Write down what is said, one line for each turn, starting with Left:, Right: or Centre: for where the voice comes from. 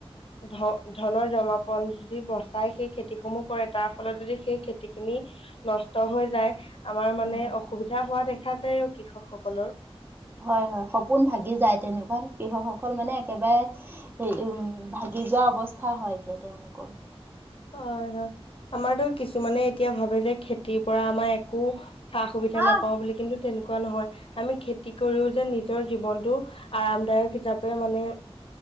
Left: ধন ধনৰ জমাপন যি বচাই সেই খেতিসমূহ কৰে, তাৰ ফলত যদি সেই খেতি খিনি নষ্ট হৈ যায়, আমাৰ মানে
Right: হয়
Left: অসুবিধা হোৱা দেখা যায় আৰু কৃষকসকলৰ।
Right: হয় হয় সপোন ভাগি যায় তেনেকুৱাত কৃষকসকল মানে একেবাৰে হে উম ভাগি যোৱা অৱস্থা হয়গে তেওঁলোকৰ।
Left: হয় হয় আমাৰতো কিছুমানে এতিয়া ভাৱে যে খেতিৰ পৰা আমাৰ একো সা-সুবিধা
Right: হয়
Left: নাপাওঁ বুলি কিন্তু তেনেকুৱা নহয়। আমি খেতি কৰিও যে নিজৰ জীৱনতটো আৰামদায়ক হিচাপে মানে